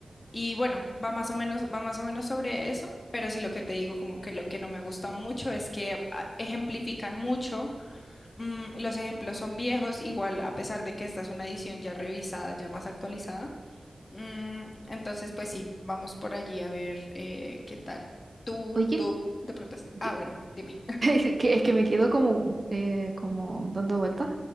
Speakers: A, on the left; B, on the right.
A: y bueno, va más o menos, va más o menos sobre eso, pero sí lo que te digo, como que lo que no me ha gustado mucho es que ah, ejemplifican mucho, mm, los ejemplos son viejos, igual a pesar de que esta es una edición ya revisada, ya más actualizada. Mm, entonces, pues sí, vamos por allí a ver eh, qué tal. Tú,
B: Oye,
A: tú, de pronto, est-
B: yo,
A: ah, bueno,
B: <laughs>
A: dime.
B: Es que, es que me quedo como, eh, como dando vueltas